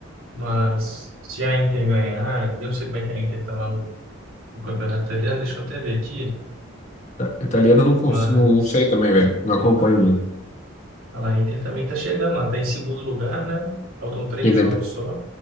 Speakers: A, on the right; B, on the left.
A: Mas se a Inter ganhar, eu não sei como é que a Inter tá lá no, no campeonato italiano, deixa eu até ver aqui.
B: Italiana eu não,
A: Mas
B: cons- não sei também, velho. Não acompanho muito.
A: olha lá, a Inter também tá chegando lá, tá em segundo lugar, né? Faltam três
B: Quem
A: jogos
B: tem.
A: só